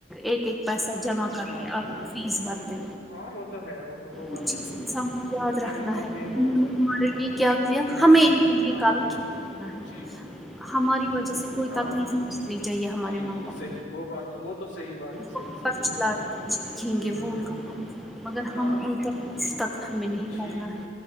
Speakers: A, in the centre; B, on the left.
A: ایک ایک پیسہ جمع کر
B: ہاں
A: کے آپ فیس بھرتے
B: ہاں وہ تو ہے وہ تو وہ
A: اس
B: بات
A: چیز
B: تو صحیح ہے
A: یاد
B: محنت
A: رکھنا
B: لگتی
A: ہے نے
B: بہت سچ
A: ہمارے لیے کیا
B: میں
A: کیا
B: ہ
A: ہمیں ان کے لیے
B: ہاں
A: کال
B: ہاں
A: کیا
B: جی
A: ہماری وجہ سے کوئی
B: ہاں
A: تکلیفنی چاہیے ہمارے
B: جی
A: ماں
B: جی
A: باپ
B: صحیح وہ بات تو وہ تو صحی بات ہے
A: وہ
B: صحیح
A: ہم
B: صحی
A: پر چلا
B: بول رہا
A: سیکھیں
B: ہوں
A: گے وہ
B: ہوں
A: ان کا حق
B: ہ
A: ہے، مگر
B: ہاں
A: ہم ان کا اس تکت ہمیں نہیں
B: ٹھیک
A: کرنا ہے